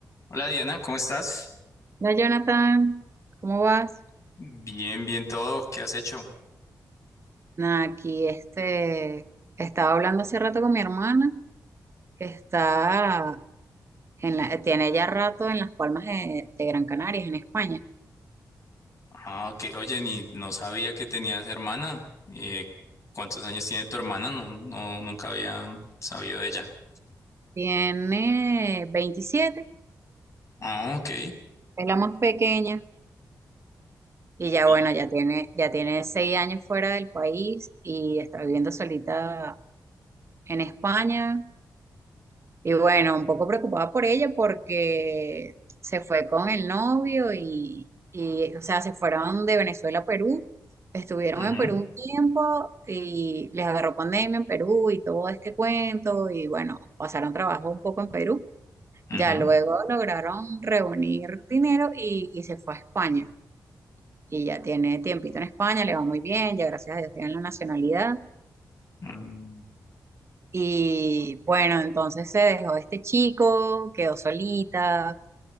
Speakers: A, on the left; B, on the right.
A: Hola Diana, ¿cómo estás?
B: Hola Jonathan, ¿cómo vas?
A: Bien, bien todo. ¿Qué has hecho?
B: Nada, aquí este, estaba hablando hace rato con mi hermana, que está en la, tiene ya rato en las Palmas de, de Gran Canarias, en España.
A: Ah, ok. Oye, ni no sabía que tenías hermana. Eh, ¿cuántos años tiene tu hermana? No, no, nunca había sabido de ella.
B: Tiene 27,
A: Ah, ok.
B: es la más pequeña, y ya
A: Y-
B: bueno, ya tiene, ya tiene 6 años fuera del país y está viviendo solita en España. Y bueno, un poco preocupada por ella porque se fue con el novio y, y, o sea, se fueron de Venezuela a Perú, estuvieron
A: ujú,
B: en Perú un tiempo y les agarró pandemia en Perú y todo este cuento y bueno, pasaron trabajo un poco en Perú.
A: ujú,
B: Ya luego lograron reunir dinero y, y se fue a España. Y ya tiene tiempito en España, le va muy bien, ya gracias a Dios tiene la nacionalidad.
A: mm,
B: Y bueno, entonces se dejó de este chico, quedó solita,